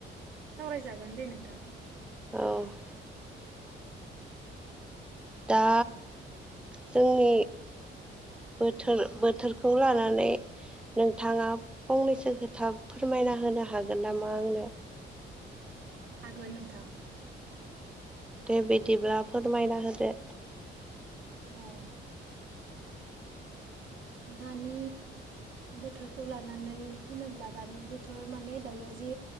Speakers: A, on the right (about 75°); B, in the centre.
A: सावरायजागोन दे नोंथां ।
B: औ
A: औ
B: दा जोंनि बोथोर बोथोरखौ लानानै नोंथाङा फंनैसो खोथा फोरमायना होनो हागोन नामा आंनो
A: हागोन नोंथां ।
B: दे बिदिब्ला फोरमायना होदो
A: औ दानि बोथोरखौ लानानै होनोब्ला दानि बोथोर माने दायो जे